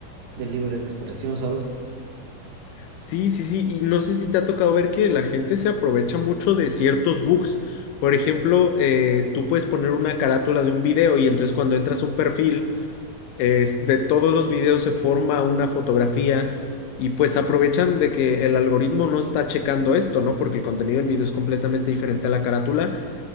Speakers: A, on the right; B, on the left.
A: de libre expresión, ¿sabes?
B: Sí, sí, sí. Y no sé si te ha tocado ver que la gente se aprovecha mucho de ciertos bugs. Por ejemplo, eh, tú puedes poner una carátula de un video y entonces cuando entras a un perfil, es- de todos los videos se forma una fotografía y pues aprovechan de que el algoritmo no está checando esto, ¿no? Porque el contenido del video es completamente diferente a la carátula